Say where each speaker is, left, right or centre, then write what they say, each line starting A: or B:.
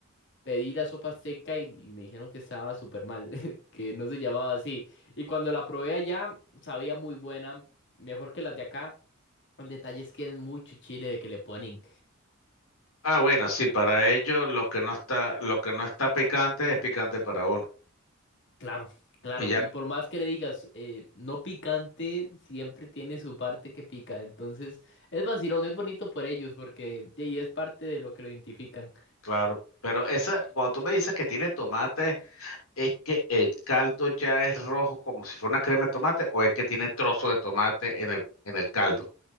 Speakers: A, on the left; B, on the left.
A: pedí la sopa seca y, y me dijeron que estaba súper mal, <laughs> que no se llamaba así. Y cuando la probé allá, sabía muy buena, mejor que las de acá. El detalle es que es mucho chile de que le ponen.
B: Ah, bueno, sí, para ellos lo que no está, lo que no está picante es picante para uno.
A: Claro, claro.
B: Y ya,
A: Y por más que le digas eh, no picante, siempre tiene su parte que pica. Entonces, es vacilón, es bonito por ellos porque de ahí es parte de lo que lo identifican.
B: claro. Pero esa, cuando tú me dices que tiene tomate, ¿es que el caldo ya es rojo como si fuera una crema de tomate o es que tiene trozo de tomate en el, en el caldo?